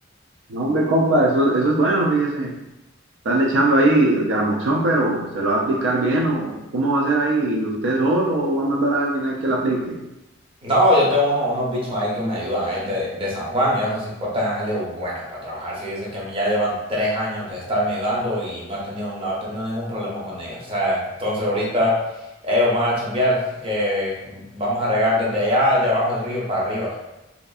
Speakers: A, on the right; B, on the right.
A: No, hombre, compa, eso, eso es bueno, fíjese. Están echando ahí el gramoxón, pero ¿se lo va a aplicar bien o cómo va a ser ahí? ¿Usted solo o va a mandar a alguien ahí que la aplique?
B: No, yo tengo uno- unos bichos ahí que me ayudan, ahí de, de San Juan, esos hipotes han salido buenos para trabajar. Fíjese que ya llevan tres años de estarme ayudando y no he tenido, no he tenido ningún problema con ellos. O sea, entonces ahorita ellos van a chambear, que vamos a regar desde allá, de abajo del río para arriba.